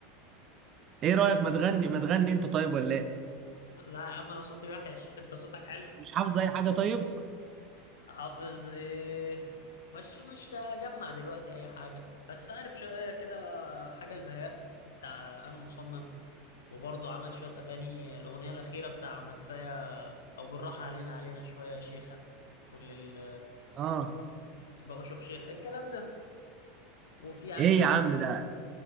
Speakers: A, on the right; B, on the left.
A: ايه رأيك ما تغني ما تغني انت طيب ولا ايه
B: لا يا عم انا صوتي وحش انت صوتك حلو
A: مش حافظ اي حاجة طيب
B: حافظ ايه مش مش هجمع دلوقتي اي حاجه بس عارف شويه كده حاجه البهاء بتاع انا مصمم وبرضه عمل شويه اغاني الاغنيه الاخيره بتاع ما كفايه او بالراحه علينا علينا شويه يا شيخه كل ال
A: اه
B: بقوا شيخ شيخ الكلام ده وفي عندك
A: ايه يا عم ده